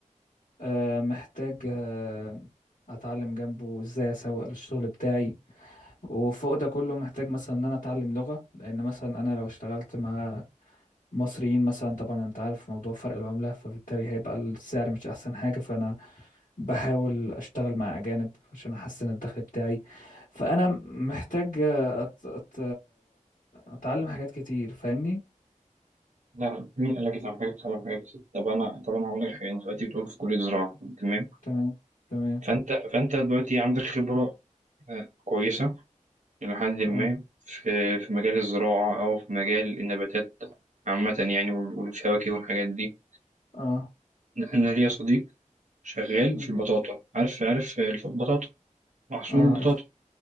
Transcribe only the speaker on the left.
آه محتاج آه اتعلم جنبه ازاي اسوق للشغل بتاعي وفوق ده كله محتاج مثلا ان انا اتعلم لغة لان مثلا انا لو اشتغلت مع مصريين مثلا طبعا انت عارف موضوع فرق العملة فبالتالي هيبقى السعر مش احسن حاجة فانا بحاول اشتغل مع اجانب عشان احسن الدخل بتاعي فانا محتاج أت... أت... اتعلم حاجات كتير فاهمني
تمام تمام
اه
اه
مم.
اه
عارف